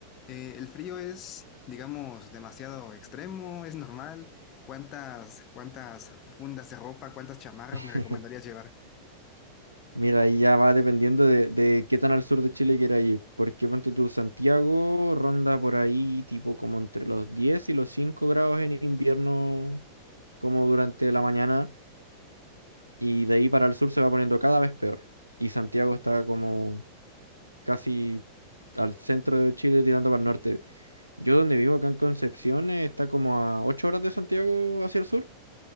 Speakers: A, on the left; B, on the right.
A: eh, ¿el frío es, digamos, demasiado extremo? ¿Es normal? ¿Cuántas, cuántas fundas de ropa, cuántas chamarras
B: <laughs>
A: me recomendarías llevar?
B: Mira, ahí ya va dependiendo de, de qué tan al sur de Chile quieras ir. Porque ponte tú, Santiago ronda por ahí tipo como entre los 10 y los 5 grados en invierno, como durante la mañana. y de ahí para el sur se va poniendo cada vez peor. Y Santiago está como casi al centro de Chile tirando para el norte. Yo donde vivo acá en Concepción eh, está como a 8 horas de Santiago hacia el sur